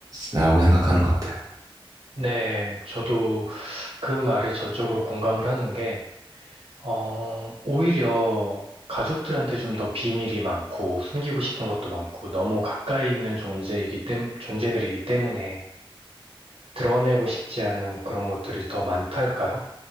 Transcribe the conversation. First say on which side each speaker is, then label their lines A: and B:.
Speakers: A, on the right; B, on the right.
A: 라고 생각하는 것 같아요.
B: 네, 저도 그 말에 전적으로 공감을 하는 게, 어, 오히려 가족들한테 좀 더 비밀이 많고, 숨기고 싶은 것도 많고, 너무 가까이 있는 존재이기 때, 존재들이기 때문에 드러내고 싶지 않은 그런 것들이 더 많달까요?